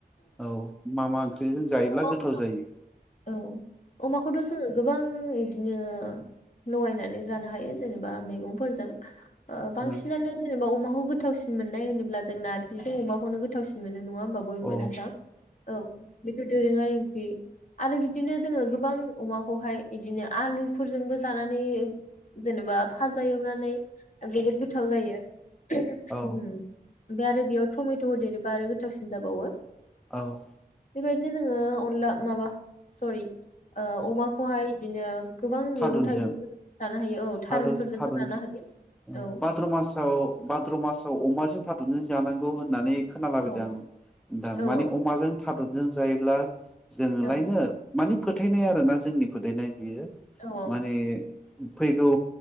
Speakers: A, in the centre; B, on the left.
A: औ मा मा ओंख्रिजों जायोब्ला
B: अमाखौथ'
A: गोथाव जायो
B: औ अमाखौथ' जोङो गोबां इदिनो लगायनानै जानो हायो जेनेबा मैगंफोरजों ओ बांसिनानो
A: अ
B: जेनेबा अमा खौ गोथावसिन मोननाय होनोब्ला जों नारजिजों अमाखौनो गोथावसिन मो नो नङा होमबा बयबो
A: औ
B: नोंथां औ दोरोङारि ओंख्रि आरो बिदिनो जोङो गोबां अमाखौहाय गदिनो आलुफोरजोंबो जानानै जेनेबा फाजा एवनानै जोबोद गोथाव जायो
A: औ
B: उम ओमफ्राय आरो बेयाव थमेट होदेरोबा आरो गोथावसिन जाबावो।
A: औ
B: बेबायदिनो जोङो अनला माबा सरि ओ अमाखौहाय बिदिनो गोबां
A: थारुनजों
B: मैगं थाइगंफोर जानो हायो औ थारुनफोरजोंबो
A: थारुन थारुन
B: जानो हायो
A: ओ
B: औ
A: भाद्र मासाव भाद्र' मासाव अमाजों था जों जानांगौ होननानै खोनालाबायदों
B: औ
A: आं दा
B: औ
A: माने अमाजों <unintelligible> दरजों जायोब्ला जोङोलायनो
B: औ
A: मानि फोथायनाय आरो ना जोंनि फोथायनाय बेयो
B: औ
A: माने फैगौ